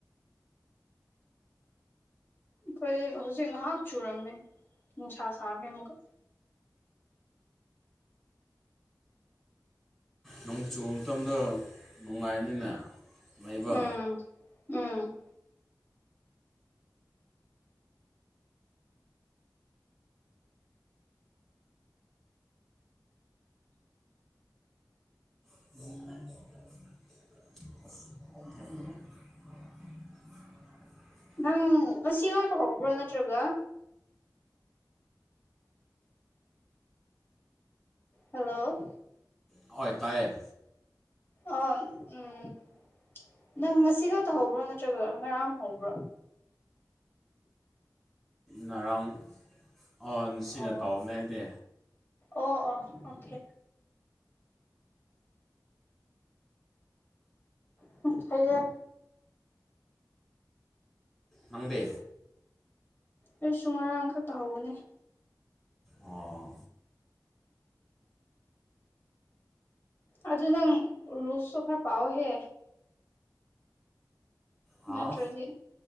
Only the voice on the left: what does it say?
ꯑꯩꯈꯣꯏ ꯍꯧꯖꯤꯛ ꯉꯥꯏꯍꯥꯛ ꯆꯨꯔꯝꯃꯦ ꯅꯨꯡꯁꯥ ꯁꯥꯈ꯭ꯔꯦ ꯑꯃꯨꯛꯀ
ꯎꯝ ꯎꯝ
ꯅꯪ ꯉꯁꯤ ꯔꯣꯏ ꯍꯧꯕꯔ ꯅꯠꯇ꯭ꯔꯒ ꯍꯜꯂꯣ
ꯑ ꯎꯝ ꯅꯪ ꯉꯁꯤ ꯈꯛꯇ ꯍꯧꯕ꯭ꯔꯣ ꯅꯠꯇ꯭ꯔꯒ ꯉꯔꯥꯡ ꯍꯧꯕ꯭ꯔꯣ
ꯑꯣ
ꯑꯣ ꯑꯣ ꯑꯣꯀꯦ <unintelligible> ꯐꯌꯦꯦ
ꯑꯩꯁꯨ ꯉꯔꯥꯡ ꯈꯛꯇ ꯍꯧꯕꯅꯤ
ꯑꯗꯨ ꯅꯪ ꯔꯨꯜꯁ ꯇꯨ ꯈꯔ ꯄꯥꯎꯍꯦ
ꯅꯠꯇ꯭ꯔꯗꯤ